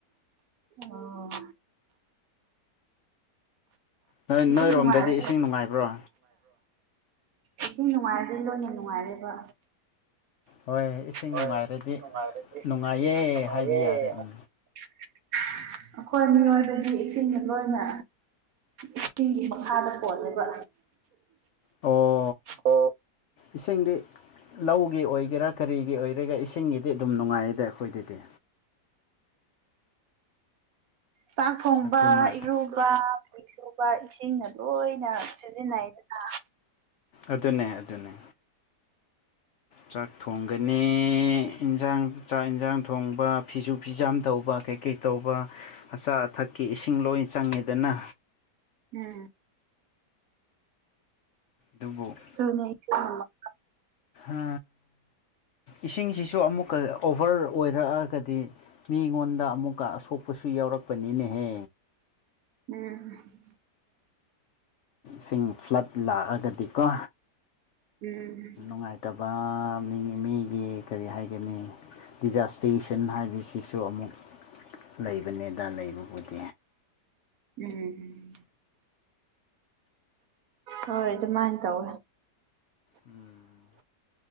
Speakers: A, on the right; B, on the left.
A: ꯑꯣ
B: ꯅꯣꯏ ꯅꯣꯏꯔꯣꯝꯗꯗꯤ
A: ꯅꯨꯡꯉꯔ
B: ꯏꯁꯤꯡ ꯅꯨꯡꯉꯥꯏꯕ꯭ꯔꯣ
A: ꯏꯁꯤꯡ ꯅꯨꯡꯉꯥꯏꯔꯗꯤ ꯂꯣꯏꯅ ꯅꯨꯡꯉꯥꯏꯔꯦꯕ
B: ꯍꯣꯏ ꯏꯁꯤꯡ
A: ꯍꯣꯏ
B: ꯅꯨꯡꯉꯥꯏꯔꯗꯤ
A: ꯅꯨꯡꯉꯥꯏꯔꯦꯗꯤ
B: ꯅꯨꯡꯉꯥꯏꯌꯦ
A: ꯅꯨꯡꯉꯥꯏꯦ
B: ꯍꯥꯏꯕ ꯌꯥꯔꯦ
A: ꯑꯩꯈꯣꯏ
B: ꯎꯝ
A: ꯃꯤꯑꯣꯏꯕꯗꯤ ꯏꯁꯤꯡ ꯂꯣꯏꯅ ꯏꯁꯤꯡꯒꯤ ꯃꯈꯥꯗ ꯄꯣꯜꯂꯦꯕ
B: ꯑꯣ
A: ꯑꯣ
B: ꯏꯁꯤꯡꯗꯤ ꯂꯧꯒꯤ ꯑꯣꯏꯒꯦꯔꯥ ꯀꯔꯤꯒꯤ ꯑꯣꯏꯒꯦꯒ ꯏꯁꯤꯡꯒꯤꯗꯤ ꯑꯗꯨꯝ ꯅꯨꯡꯉꯥꯏꯗ ꯑꯩꯈꯣꯏꯗꯗꯤ
A: ꯆꯥꯛ ꯊꯣꯡꯕ
B: ꯑꯗꯨꯅ
A: ꯏꯔꯨ ꯁꯕ ꯐꯩꯁꯨꯨꯕ ꯏꯁꯤꯡꯅ ꯂꯣꯏꯅ ꯁꯤꯖꯤꯟꯅꯩꯗꯅ
B: ꯑꯗꯨꯅꯦ ꯑꯗꯨꯅꯦ ꯆꯥꯛ ꯊꯣꯡꯒꯅꯤ ꯏꯟꯁꯥꯡ ꯆꯥꯛ ꯌꯦꯟꯁꯥꯡ ꯊꯣꯡꯕ ꯐꯤꯁꯨ ꯐꯤꯖꯥꯝ ꯇꯧꯕ ꯀꯩꯀꯩ ꯇꯧꯕ ꯑꯆꯥ ꯑꯊꯛꯀꯤ ꯏꯁꯤꯡ ꯂꯣꯏ ꯆꯪꯉꯤꯗꯅ
A: ꯎꯝ
B: ꯗꯨꯕꯣꯛ
A: <inaudible>
B: ꯑ ꯏꯁꯤꯡꯁꯤꯁꯨ ꯑꯃꯨꯛꯀ ꯑꯣꯚꯔ ꯑꯣꯏꯔꯛꯑꯒꯗꯤ ꯃꯤꯉꯣꯟꯗ ꯑꯃꯨꯛꯀ ꯑꯁꯣꯛꯄꯁꯨ ꯌꯥꯎꯔꯛꯄꯅꯤꯅꯦꯍꯦ
A: ꯎꯝ
B: ꯁꯤꯡ ꯐ꯭ꯂꯠ ꯂꯥꯛꯑꯒꯗꯤꯀꯣ
A: ꯎꯝ
B: ꯅꯨꯡꯉꯥꯏꯇꯕ ꯃꯤ ꯃꯤꯒꯤ ꯀꯔꯤ ꯍꯥꯏꯒꯅꯤ ꯗꯤꯖꯥꯁ ꯇ꯭ꯋꯤꯁꯟ ꯍꯥꯏꯕꯁꯤꯁꯨ ꯑꯃꯨꯛ ꯂꯩꯕꯅꯦꯗ ꯂꯩꯕꯕꯨꯗꯤ
A: ꯎꯝ ꯍꯣꯏ ꯑꯗꯨꯃꯥꯏꯅ ꯇꯧꯋꯦ
B: ꯎꯝ